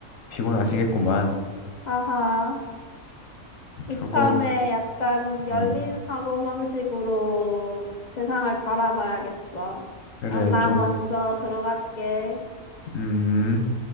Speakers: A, on the left; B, on the left.
A: 피곤하시겠구만.
B: 아하. 이참에
A: 조금
B: 약간 열린
A: 음,
B: 사고방식으로 세상을 바라봐야겠어.
A: 그래,
B: 그럼 나
A: 좀,
B: 먼저 들어갈게.
A: 음.